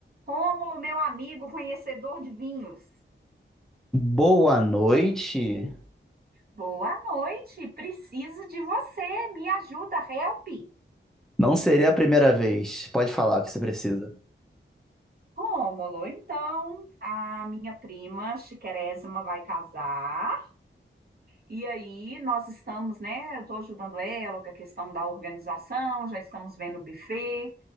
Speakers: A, on the right; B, in the centre.
A: Rômulo, meu amigo conhecedor de vinhos.
B: Boa noite.
A: Boa noite, preciso de você, me ajuda, help.
B: Não seria a primeira vez. Pode falar o que você precisa.
A: Rômulo, então a minha prima Chiquerésima vai casar e aí nós estamos, né? Eu estou ajudando ela com a questão da organização, já estamos vendo o buffet,